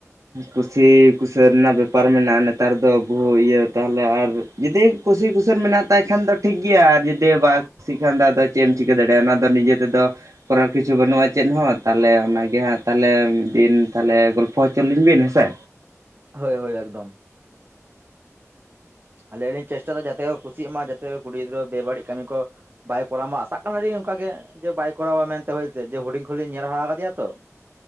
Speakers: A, on the right; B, on the right.
A: ᱠᱩᱥᱤ ᱠᱩᱥᱟᱹᱞ ᱨᱮᱱᱟᱜ ᱵᱮᱯᱟᱨ ᱢᱮᱱᱟᱜᱼᱟ ᱱᱮᱛᱟᱨ ᱫᱚ ᱵᱩᱦᱩ ᱤᱭᱟᱹ ᱛᱟᱦᱚᱞᱮ ᱟᱨ ᱡᱩᱫᱤ ᱠᱩᱥᱤ ᱠᱩᱥᱟᱹᱞ ᱢᱮᱱᱟᱜ ᱛᱟᱭ ᱠᱷᱟᱱ ᱫᱚ ᱴᱷᱤᱠ ᱜᱮᱭᱟ ᱟᱨ ᱡᱩᱫᱤ ᱵᱟᱭ ᱠᱩᱥᱤᱜ ᱠᱷᱟᱱ ᱫᱚ ᱟᱫᱚ ᱪᱮᱫ ᱮᱢ ᱪᱤᱠᱟᱹ ᱫᱟᱲᱮᱭᱟᱜᱼᱟ ᱚᱱᱟ ᱫᱚ ᱱᱤᱡᱮ ᱛᱮᱫᱚ ᱠᱚᱨᱟᱨ ᱠᱤᱪᱷᱩ ᱵᱟᱹᱱᱩᱜᱼᱟ ᱪᱮᱫ ᱦᱚᱸ ᱛᱟᱦᱞᱮ ᱚᱱᱟ ᱜᱮ ᱦᱟᱸᱜ ᱛᱟᱦᱞᱮ ᱢᱤᱫ ᱫᱤᱱ ᱛᱟᱦᱞᱮ ᱜᱚᱞᱯᱷᱚ ᱦᱚᱪᱚ ᱞᱤᱧ ᱵᱤᱱ ᱦᱮᱸ ᱥᱮ
B: ᱦᱳᱭ ᱦᱳᱭ ᱮᱠᱫᱚᱢ ᱟᱞᱮ ᱦᱚᱞᱤᱧ ᱪᱮᱥᱴᱟ ᱫᱟ ᱡᱟᱛᱮ ᱠᱚ ᱠᱩᱥᱤᱜ ᱢᱟ ᱡᱟᱛᱮ ᱠᱩᱲᱤ ᱜᱤᱫᱽᱨᱟᱹ ᱵᱮᱼᱵᱟᱹᱲᱤᱡ ᱠᱟᱹᱢᱤ ᱠᱚ ᱵᱟᱭ ᱠᱚᱨᱟᱣ ᱢᱟ ᱟᱥᱟᱜ ᱠᱟᱱᱟᱞᱤᱧ ᱚᱝᱠᱟ ᱜᱮ ᱡᱮ ᱵᱟᱭ ᱠᱚᱨᱟᱣᱟ ᱢᱮᱱᱛᱮ ᱦᱳᱭ ᱥᱮ ᱡᱮ ᱦᱩᱰᱤᱧ ᱠᱷᱚᱱ ᱞᱤᱧ ᱧᱮᱞ ᱦᱟᱨᱟ ᱠᱟᱫᱮᱭᱟ ᱛᱚ